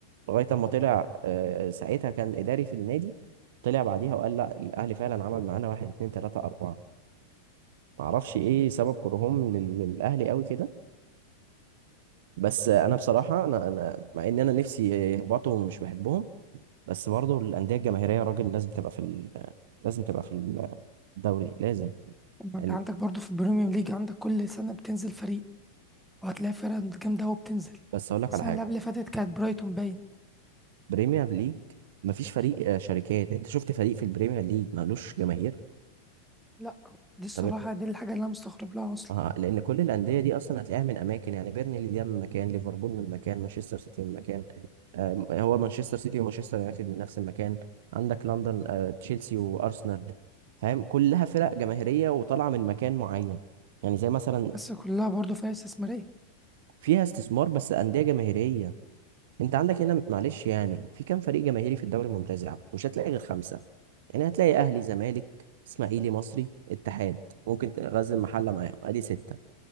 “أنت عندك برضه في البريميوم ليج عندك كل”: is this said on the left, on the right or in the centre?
Centre